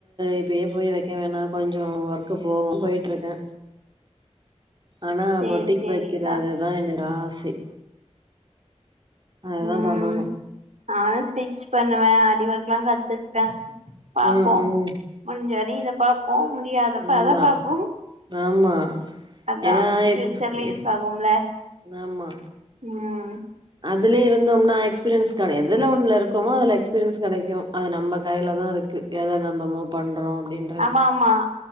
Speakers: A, on the right; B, on the right.
A: இப்பயே போய் வைக்க வேணா கொஞ்சோ ஒர்க் க்கு போவோ போயிட்டு இருக்கே
B: <inaudible>
A: ஆனா
B: சேரி
A: பொட்டிக்கு
B: சேரிக்கா
A: வைக்கறதுதா எனக்கு ஆசை அதுதா
B: ம்
A: பண்ணணு
B: நானு ஸ்டிச் பண்ணுவே அடி ஒர்க்ல்லா கத்துக்ட்டே பாப்போம்
A: ம் ம்
B: முடிஞ்ச வரையு இத பாப்போ முடியாதப்ப
A: ஆமா
B: அத பாப்போ
A: ஆமா
B: அதா
A: ஏன்னா
B: ஃப்யூச்சர்ல
A: இப்
B: யூஸ்
A: இப்
B: ஆகும்ல
A: ஆமா
B: ம்
A: அதுலயே இருந்தோம்னா எக்ஸ்பீரியன்ஸ் கிடையாது எதுல ஒண்ணல இருக்கோமோ அதுல எக்ஸ்பீரியன்ஸ் கிடைக்கு அது நம்ம கைலதா இருக்கு எத நம்ப மூவ் பண்றோ அப்டின்னு
B: ஆமா ஆமா